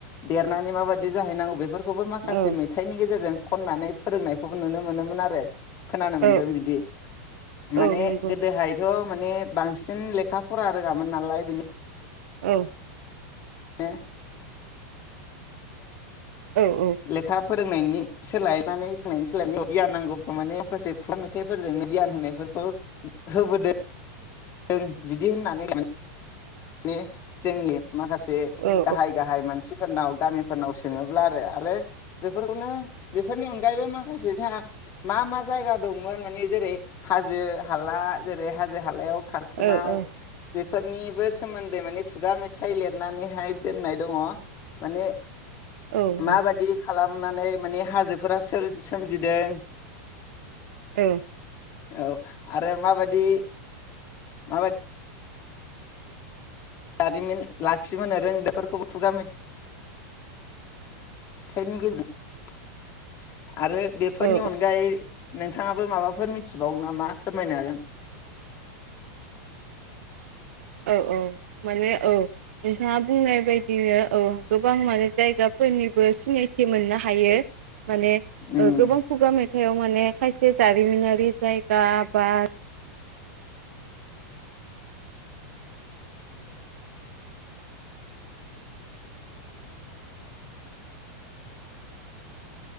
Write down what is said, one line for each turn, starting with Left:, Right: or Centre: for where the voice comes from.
Left: <unintelligible> देरनानै माबायदि जाहैनांगौ बेफोर खौबो माखासे
Right: औ
Left: मेथाइनि गेजेरजों खननानै फोरोंनायखौबो नुनो मोनोमोन आरो। खोनानो मोन्दों
Right: औ
Left: बिदि
Right: नंगौ
Left: माने गोदोहाय थ माने बांसिन लेखा फरा रोङामोन नालाय बिनि
Right: औ
Left: नो
Right: औ औ
Left: लेखा फोरोंनायनि सोलाय माने नायनि सोलायनाय गियान नांगौखौ माने माखासे खुगा मेथाइफोरजोंनो गियान होनायफोरखौ होबोदों जों बिदि होननानै ने जोंनि माखासे
Right: औ औ
Left: गाहाइ गाहाइ मानसि फोरनाव गामिफोरनाव सोङोब्ला आरो आरो बेफोरखौनो बेफोरनि अनगायैबो माखासे जोंहा मा मा जायगा दंमोन माने जेरै हाजो हाला जेरै हाजो हालायाव खारखोनाय
Right: औ औ
Left: बे फोरनिबो सोमोन्दै माने खुगा मे थाइ लिरनानैहाय दोननाय दङ माने
Right: नंगौ
Left: माबादि खालामनानै माने हाजोफोरा सोमजिदों
Right: ए
Left: औ आरो माबादि माबाय जारिमिन लाखिबोनो रों बेफोरखौबो खुगा मि थाइनि गेजेरजों आरो बेफोरनि
Right: औ
Left: अनगायै नोंथाङाबो माबाफोर मिथिबाव नामा फोरमायनो हागोन
Right: औ औ माने औ नोंथाङा बुंनाय बायदिनो औ गोबां माने जायगाफोरनिबो सिनायथि मोननो हायो । माने
Left: उम
Right: गोबां खुगा मेथाइआव माने माखायसे जारिमिनारि जायगा बा